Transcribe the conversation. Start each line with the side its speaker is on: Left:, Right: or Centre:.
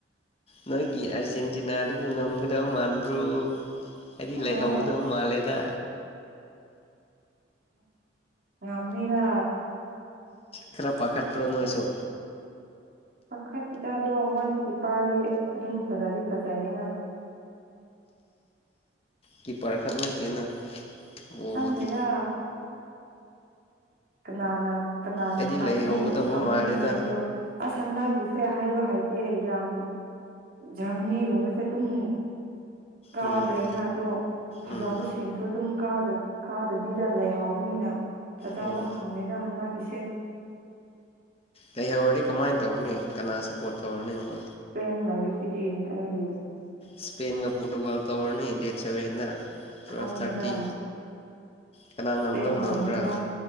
Left: ꯅꯣꯏꯒꯤ ꯑꯥꯔꯖꯦꯟꯇꯤꯅꯥꯗꯨꯄꯨ ꯉꯝꯒꯗꯕ ꯃꯥꯟꯕ꯭ꯔꯣ ꯑꯩꯗꯤ ꯂꯩꯍꯧꯒꯗꯧ
Right: ꯍꯣꯏ
Left: ꯃꯥꯜꯂꯦꯗ
Right: ꯉꯝꯅꯤꯗ
Left: ꯈꯔ ꯄꯥꯈꯠꯄ꯭ꯔꯣ ꯅꯣꯏꯁꯨ
Right: ꯄꯥꯈꯠꯇꯨꯗ ꯑꯗꯣ ꯃꯣꯏ ꯀꯤꯄꯥꯔꯗꯤ ꯑꯗꯨꯝ ꯐꯖꯗꯤ ꯐꯖꯩꯌꯦꯅ
Left: ꯀꯤꯄꯔꯈꯛ ꯅꯠꯇꯦꯅ ꯕꯣꯕꯨꯗꯤ
Right: ꯈꯪꯗꯦꯗ ꯀꯅꯥꯅ ꯀꯅꯥꯅ
Left: ꯑꯩꯗꯤ
Right: ꯈꯪꯅꯤ
Left: ꯂꯩꯍꯧꯒꯗꯧꯕ
Right: ꯉꯝꯒꯅꯤ
Left: ꯃꯥꯜꯂꯦꯗ
Right: ꯍꯥꯏꯕꯗꯣ ꯑꯁ ꯍꯟꯗꯛꯀꯤ ꯁꯦ ꯍꯥꯏꯕ ꯍꯥꯏꯇꯦ ꯌꯥꯝ ꯖꯔꯃꯅꯤꯒꯨꯝꯕꯁꯦ ꯑꯗꯨꯝ ꯀꯥꯗ꯭ꯔꯦꯅ
Left: ꯎꯝ
Right: ꯑꯗꯣ ꯐꯖꯕꯁꯤꯡꯁꯨ
Left: ꯎꯝ
Right: ꯑꯗꯨꯝ ꯀꯥꯗꯕꯤꯗ ꯂꯩꯍꯥꯎꯕꯅꯤꯅ ꯐꯖꯕ
Left: ꯍꯣꯏ
Right: ꯍꯟꯗꯛꯒꯤꯁꯦ
Left: ꯂꯩꯩꯍꯧꯔꯗꯤ ꯀꯃꯥꯏꯅ ꯇꯧꯔꯅꯤ ꯀꯅꯥ ꯁꯞꯄꯣꯔꯠ ꯇꯧꯔꯅꯤ ꯑꯃꯨ
Right: ꯏꯁꯄꯦꯟ ꯂꯩꯔꯤꯁꯤꯗꯤ ꯑꯩꯒꯤ
Left: ꯁꯄꯦꯟꯒ ꯄꯣꯔꯇꯨꯒꯜ ꯇꯣꯔꯅꯤ ꯗꯦꯠ ꯁꯕꯦꯟꯗ ꯇꯨꯋꯦꯜꯚ
Right: ꯈꯪꯉꯤꯗ
Left: ꯊꯥꯔꯇꯤ ꯀꯅꯥ
Right: ꯏꯁꯄꯦꯟ
Left: ꯉꯝꯗꯧ
Right: ꯉꯝꯅꯤꯗ
Left: ꯃꯥꯟꯕ꯭ꯔꯥ